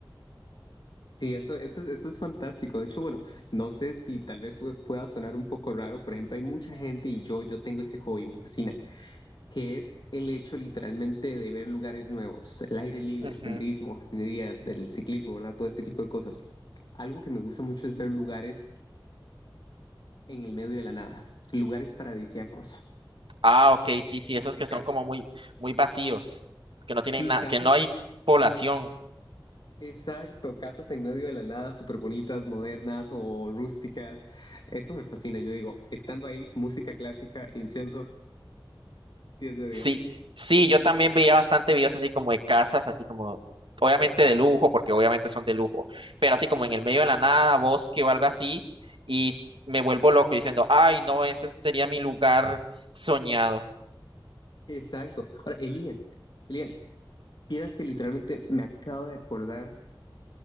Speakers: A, on the left; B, on the right.
A: Y eso, eso, es- eso es fantástico. De hecho, bueno, no sé si tal vez pue- pueda sonar un poco raro. Por ejemplo, hay mucha gente y yo, yo tengo ese hobby, me fascina, que es el hecho literalmente de ver lugares nuevos, el aire libre,
B: Ujú.
A: senderismo, jardinería, del ciclismo, ¿verdad? Todo este tipo de cosas. Algo que me gusta mucho es ver lugares en el medio de la nada, lugares paradisíacos,
B: Ah, ok,
A: con
B: sí, sí,
A: música.
B: esos que son como muy, muy vacíos, que no
A: Sí,
B: tienen nada,
A: casas.
B: que no hay población.
A: Exacto, casas en medio de la nada, súper bonitas, modernas o rústicas. Eso me fascina, yo digo, estando ahí, música clásica, incienso, 10 de 10.
B: Sí, sí, yo también veía bastante videos así como de casas, así como, obviamente de lujo, porque obviamente son de lujo, pero así como en el medio de la nada, bosque o algo así, y me vuelvo loco diciendo, ay, no, ese sería mi lugar soñado.
A: Exacto. Ahora, Elian, Elian, vieras que literalmente me acabo de acordar